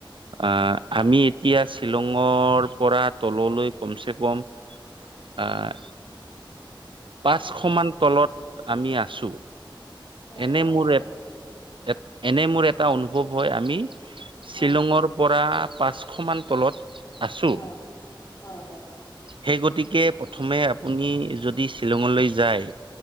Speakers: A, on the right (about 70°); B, on the left (about 45°).
A: আহ আমি এতিয়া শ্বিলঙৰ পৰা তললৈ কমচে কম আহ পাঁচশ
B: হয়
A: মান তলত আমি আছো
B: অ
A: এনে মোৰ
B: অ অ
A: এ এনে মোৰ এটা অনুভৱ হয় আমি
B: হয়
A: শ্বিলঙৰ পৰা পাঁচশমান তলত আছো
B: হয় হয় হয়।
A: সেই গতিকে প্ৰথমে আপুনি যদি শ্বিলঙলৈ যায়